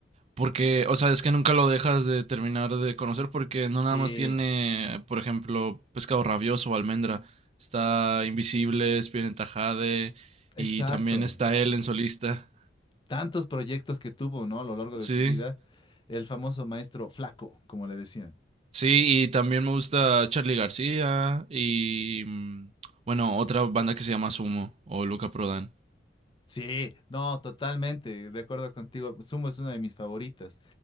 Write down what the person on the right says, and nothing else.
Porque, o sea, es que nunca lo dejas de terminar de conocer porque no
nada más tiene, por ejemplo, Pescado Rabioso o Almendra. Está Invisible, Spinetta Jade y
también está él en solista.
Sí.
Sí, y también me gusta Charlie García y mm, bueno, otra banda que se llama Sumo o Luca Prodan.